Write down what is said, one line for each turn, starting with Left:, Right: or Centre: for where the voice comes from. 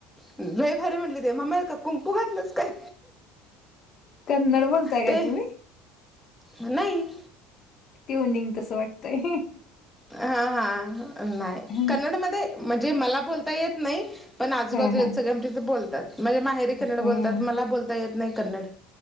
Centre: म्ह. बुहातलंच काय?
Left: कन्नड बोलताय
Centre: ते
Left: काय तुम्ही?
Centre: नाही.
Left: ट्यवनिंग तसं वाटतंय.
Centre: हा हा नाही
Left: ह
Centre: कन्नडमध्ये म्हणजे मला बोलता येत नाही. पण आजूबाजूेत
Left: ह
Centre: सगळे आम तथं बोलतात म्हणजे माहेरी कन्नड
Left: ह
Centre: बोलतात मला बोलता येत नाही कन्नड.